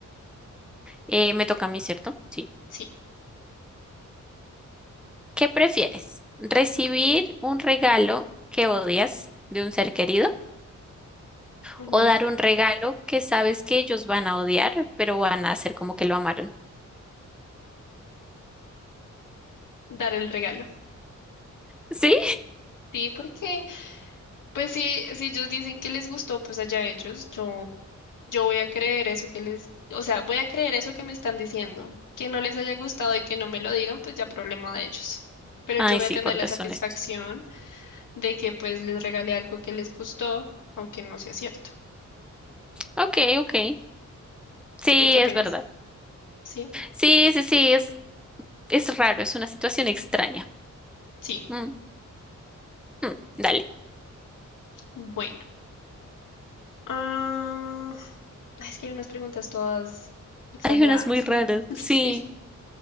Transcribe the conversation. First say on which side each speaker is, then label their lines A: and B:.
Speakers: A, in the centre; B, on the left.
A: Eh, me toca a mí, ¿cierto? Sí.
B: sí.
A: ¿Qué prefieres? ¿Recibir un regalo que odias de un ser querido?
B: Ujú.
A: o dar un regalo que sabes que ellos van a odiar, pero van a hacer como que lo amaron.
B: Dar el regalo.
A: ¿Sí?
B: Sí, porque pues sí, si ellos dicen que les gustó, pues allá ellos. Yo Yo voy a creer eso que les, o sea, voy a creer eso que me están diciendo. Que no les haya gustado y que no me lo digan, pues ya problema de ellos. Pero
A: Ay,
B: yo voy
A: sí,
B: a tener
A: por
B: la
A: deshonestos.
B: satisfacción de que pues les regalé algo que les gustó, aunque no sea cierto.
A: Ok, ok. Sí,
B: ¿Tú qué opinas?
A: es verdad.
B: ¿Sí?
A: Sí, sí, sí, es, es raro, es una situación extraña.
B: Sí.
A: Mm, mm, dale.
B: Bueno. Ah, ay, es que hay unas preguntas todas exageradas.
A: Hay unas muy raras.
B: <laughs> Sí.
A: Sí.